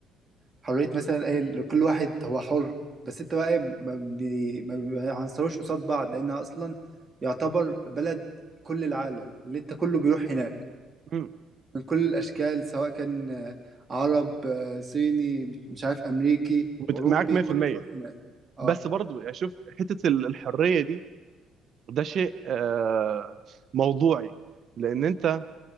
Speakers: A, on the right; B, on the right.
A: حريه مثلا ايه كل واحد هو حر بس انت بقى ايه ما بي- ما بيعنصروش قصاد بعض لانها اصلا يعتبر بلد كل العالم اللي انت كله بيروح هناك
B: مم.
A: من كل الاشكال سواء كان آه، عرب آه، صيني مش مش عارف امريكي
B: بت-
A: اوروبي
B: معاك 100%
A: كله بيروح هناك اه
B: بس برضو يعني شوف حته ال- الحريه دي ده شيء آه، موضوعي لان انت